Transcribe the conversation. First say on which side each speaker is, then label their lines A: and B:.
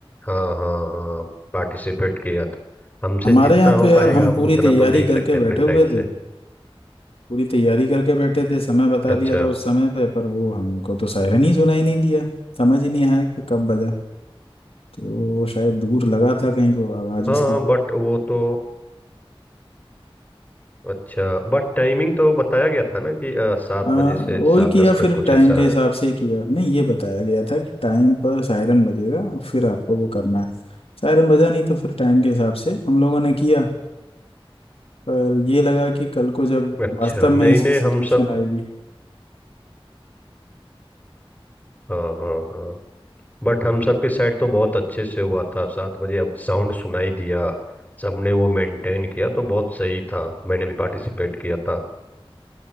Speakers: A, on the left; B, on the left.
A: हाँ हाँ हाँ पार्टिसिपेट किया था हमसे
B: हमारे
A: जितना
B: यहाँ
A: हो
B: तो यार
A: पाएगा
B: हम
A: हम
B: पूरी
A: उतना
B: तैयारी
A: तो दे ही
B: करके
A: सकते हैं
B: बैठे
A: अपनी
B: हुए
A: साइड
B: थे
A: से
B: पूरी तैयारी करके बैठे थे समय बता
A: अच्छा
B: दिया था उस समय पे पर वो हमको तो सायरन ही सुनाई नहीं दिया समझ ही नहीं आया कि कब बजा तो वो शायद दूर लगा था कहीं तो आवाज
A: हाँ
B: उसकी
A: हाँ, बट वो तो अच्छा बट टाइमिंग तो बताया गया था ना कि अ, सात
B: आ,
A: बजे से
B: वही
A: सात
B: किया
A: दस
B: फिर
A: तक कुछ
B: टाइम
A: ऐसा
B: के हिसाब
A: है
B: से ही किया नहीं ये बताया गया था कि टाइम पर सायरन बजेगा और फिर आपको वो करना है सायरन बजा नहीं तो फिर टाइम के हिसाब से हम लोगों ने किया पर ये लगा कि कल को जब
A: अच्छा
B: वास्तव में
A: नहीं
B: ऐसी
A: नहीं
B: सिचुएशन
A: हम सब
B: आएगी
A: हाँ हाँ हाँ बट हम सब के साइड तो बहुत अच्छे से हुआ था सात बजे अब साउंड सुनाई दिया सबने वो मेंटेन किया तो बहुत सही था मैंने भी पार्टिसिपेट किया था